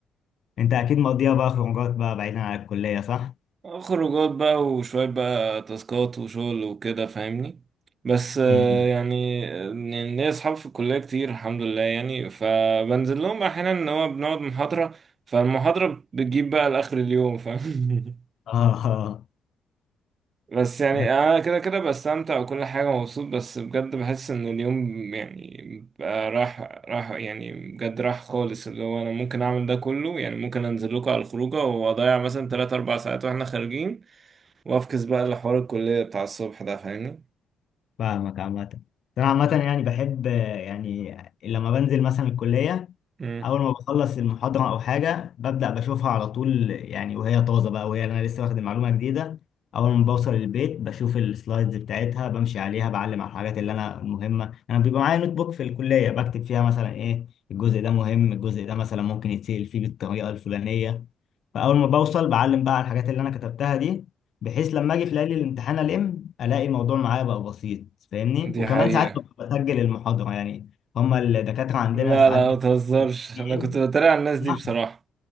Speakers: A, on the left (about 60°); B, on the right (about 45°).
A: أنت أكيد مقضيها بقى خروجات بقى بعيدا عن الكلية صح؟
B: خروجات بقى وشوية بقى تاسكات وشغل وكده فاهمني بس آه،
A: مم.
B: يعني آه، يعني ليا أصحاب في الكلية كتير الحمد لله يعني فبنزل لهم بقى أحيانا إن هو بنقعد محاضرة فالمحاضرة بتجيب بقى لآخر اليوم فاهم <laughs>
A: <laughs> اه آه.
B: بس يعني
A: بس
B: أنا كده كده بستمتع وكل حاجة مبسوط بس بجد بحس إن اليوم يعني بقى راح راح يعني بجد راح خالص اللي هو أنا ممكن أعمل ده كله يعني ممكن أنزل لكم على الخروجة وأضيع مثلا تلات أربع ساعات وإحنا خارجين وافكس بقى لحوار الكلية بتاع الصبح ده فاهمني
A: فاهمك عامة أنا عامة يعني بحب يعني لما بنزل مثلا الكلية
B: امم
A: أول ما بخلص المحاضرة أو حاجة ببدأ بشوفها على طول يعني وهي طازة بقى وهي أنا لسه واخد معلومة جديدة أول ما بوصل البيت بشوف السلايدز بتاعتها بمشي عليها بعلم على الحاجات اللي أنا مهمة أنا بيبقى معايا نوت بوك في الكلية بكتب فيها مثلا إيه الجزء ده مهم الجزء ده مثلا ممكن يتسأل فيه بالطريقة الفلانية فاول ما بوصل بعلم بقى على الحاجات اللي انا كتبتها دي بحيث لما اجي في ليالي الامتحان الم الاقي الموضوع معايا بقى بسيط فاهمني
B: دي
A: وكمان
B: حقيقة
A: ساعات ببقى بسجل المحاضره يعني هما الدكاتره عندنا
B: لا
A: ساعات
B: لا ما تهزرش
A: بتسجيل
B: انا كنت بتريق على الناس
A: بيسمحوا
B: دي بصراحة